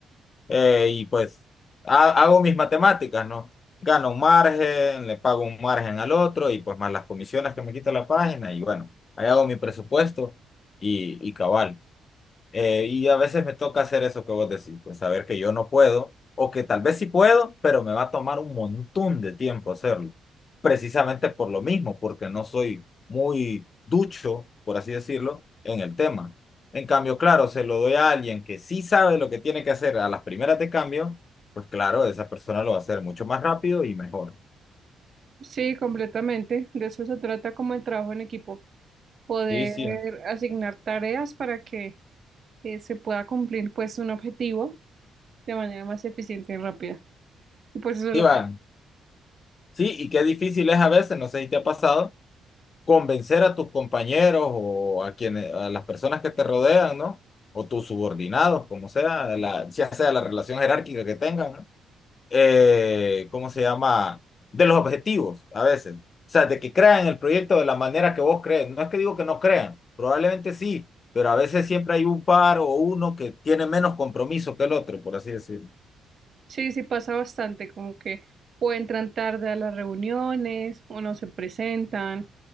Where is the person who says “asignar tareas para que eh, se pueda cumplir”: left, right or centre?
Right